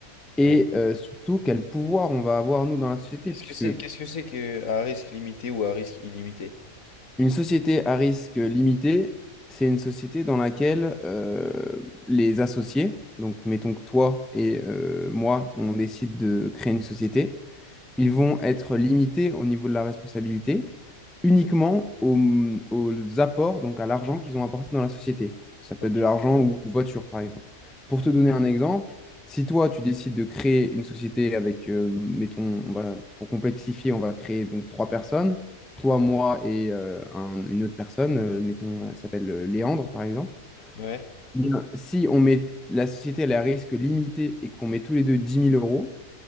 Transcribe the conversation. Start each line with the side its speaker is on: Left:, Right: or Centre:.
Centre: et
Left: Ouais.
Centre: euh, surtout quel pouvoir on va avoir nous dans la société,
Left: Qu'est-ce
Centre: puisque
Left: que c'est, qu'est-ce que c'est que à risque limité ou à risque illimité?
Centre: Une société à risque limité, c'est une société dans laquelle euh, les associés, donc mettons que toi et euh, moi, on décide de créer une société, ils vont être limités au niveau de la responsabilité, uniquement aux, aux apports, donc à l'argent qu'ils ont apporté dans la société. Ça peut
Left: Ok.
Centre: être de l'argent ou une voiture, par exemple. Pour te donner un exemple, si toi, tu décides de créer une société avec, euh, mettons, on va, pour complexifier, on va créer donc trois personnes, toi, moi et euh, un- une autre personne, euh, mettons, elle s'appelle euh, Léandre, par exemple.
Left: Ouais.
Centre: Bien, Si on met la société elle est à risque limité et qu'on met tous les deux dix mille euros,